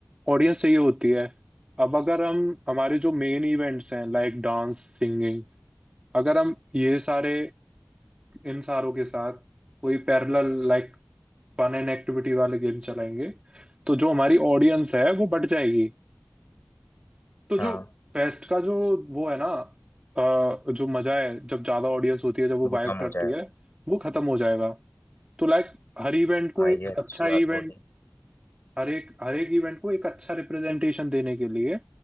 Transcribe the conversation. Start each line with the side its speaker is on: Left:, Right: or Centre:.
Right: ऑडियंस चाहिए होती है अब अगर हम हमारे जो मेन इवेंट्स हैं लाइक डांस सिंगिंग अगर हम ये सारे इन सारों के साथ कोई parallel like fun and activity वाले गेम चलाएंगे तो जो हमारी ऑडियंस है वो बढ़ जाएगी तो
Left: हाँ
Right: जो फेस्ट का जो वो है ना अ, जो मजा है जब ज्यादा ऑडियंस होती है जब वो
Left: वो
Right: वाइब
Left: कम
Right: करती
Left: हो जाएगा
Right: है वो खत्म हो जाएगा तो लाइक हर इवेंट को
Left: हाँ
Right: एक
Left: ये अच्छी
Right: अच्छा
Left: बात
Right: इवेंट
Left: बोली
Right: हर एक हर एक इवेंट को एक अच्छा रिप्रेजेंटेशन देने के लिए